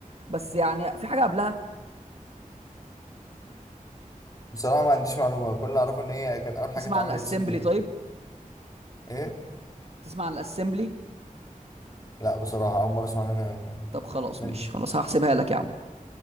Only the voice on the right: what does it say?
بس يعني في حاجة قبلها
تسمع
عن الاسمبلي
طيب
تسمع عن الاسمبلي
طب خلاص
ماشي خلاص هحسبها لك يا عم